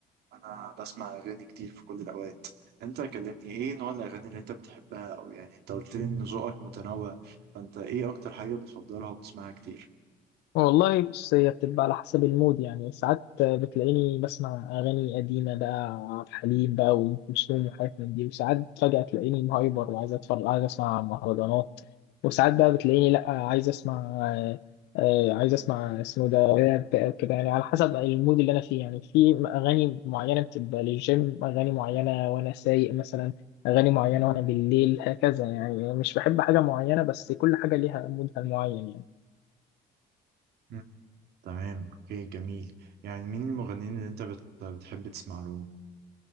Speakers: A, on the right; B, on the left.
A: أنا بسمع أغاني كتير في كل الأوقات أنت كلمني إيه نوع الأغاني اللي أنت بتحبها أو يعني أنت قلت لي إن ذوقك متنوع فأنت إيه أكتر حاجة بتفضلها وبتسمعها كتير؟
B: والله بص هي بتبقى على حسب المود يعني ساعات بتلاقيني بسمع أغاني قديمة بقى عبد الحليم بقى وأم كلثوم وحاجات من دي وساعات فجأة تلاقيني مهايبر وعايز أتفرج عايز أسمع مهرجانات وساعات بقى بتلاقيني لأ عايز أسمع آه، عايز أسمع اسمه ده راب أو كده يعني على حسب المود اللي أنا فيه يعني في أغاني معينة بتبقى للجيم أغاني معينة وأنا سايق مثلا أغاني معينة وأنا بالليل هكذا يعني مش بحب حاجة معينة بس كل حاجة ليها مودها المعين يعني
A: مم. تمام أوكي جميل يعني مين المغنيين اللي أنت بت... بتحب تسمع لهم؟